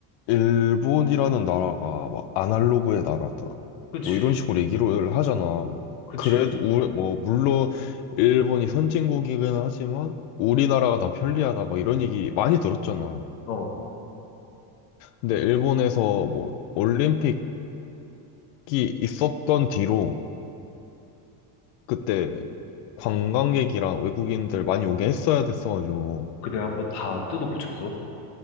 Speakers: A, on the left; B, on the left.
A: 일본이라는 나라가 막 아날로그의 나라다.
B: 그치,
A: 뭐 이런 식으로 얘기를 하잖아.
B: 그치.
A: 그래도 우리 뭐 물론 일본이 선진국이긴 하지만 우리나라가 더 편리하다. 막 이런 얘기 많이 들었잖아.
B: 어.
A: 근데 일본에서 뭐 올림픽이 있었던 뒤로 그때 관광객이랑 외국인들 많이 오게 했어야 됐어가지고
B: 그래, 한번 다 뜯어 고쳐서?